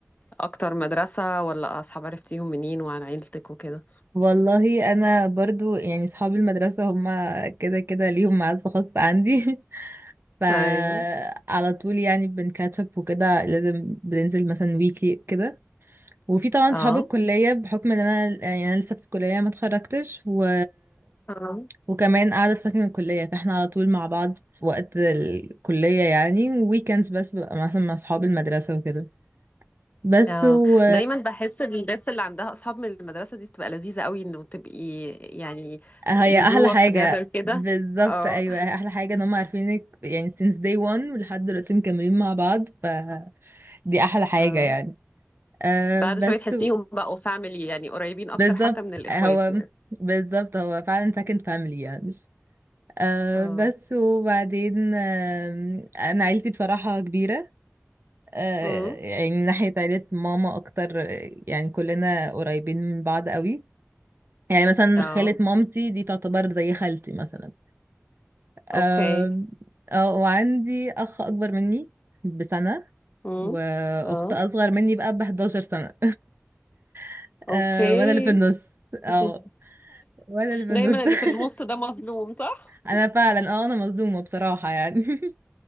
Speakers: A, on the left; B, on the right.
A: اكتر مدرسه ولا اصحاب عرفتيهم منين وعن عيلتك وكده
B: والله انا برضو يعني صحاب المدرسه هما كده كده ليهم معزه خاصه عندي <laughs> فعلى
A: ايوه
B: طول يعني بنكاتشب وكده لازم بننزل مثلا ويكلي كده وفي طبعا
A: اه
B: صحاب الكليه بحكم ان انا يعني انا لسه في الكليه ما اتخرجتش و
A: اه
B: وكمان قاعدة في سكن الكلية فاحنا على طول مع بعض في وقت الكلية يعني ويكندز بس ببقى مثلا مع صحاب المدرسة وكده بس
A: اه
B: و
A: دايما بحس ان الناس اللي عندها اصحاب من المدرسه دي بتبقى لذيذه قوي انه تبقي يعني
B: هي
A: you
B: أحلى
A: grew
B: حاجة
A: up together كده
B: بالظبط
A: اه
B: أيوة هي أحلى حاجة إن هم عارفينك يعني since day one ولحد دلوقتي مكملين مع بعض فدي أحلى حاجة
A: اه
B: يعني أه
A: بعد
B: بس
A: شوية تحسيهم بقوا فاميلي يعني قريبين أكتر
B: بالظبط
A: حتى من الإخوات
B: هو
A: يعني
B: بالظبط هو فعلا سكن فاميلي يعني أه
A: اه
B: بس وبعدين آم، أنا عيلتي بصراحة كبيرة آه،
A: امم
B: يعني من ناحية عيلة ماما أكتر آه، يعني كلنا قريبين من بعض قوي يعني مثلا
A: اه
B: خالة مامتي دي تعتبر زي خالتي مثلا
A: اوكي
B: آم، اه وعندي أخ أكبر مني بسنة
A: امم
B: وأخت
A: اه
B: أصغر مني بقى بحداشر سنة <laughs>
A: اوكي
B: آه، وأنا اللي في النص
A: <laughs>
B: اه وأنا اللي في
A: دايما
B: النص <laughs>
A: اللي في النص ده مظلوم صح؟
B: أنا فعلا اه أنا مظلومة بصراحة يعني <laughs>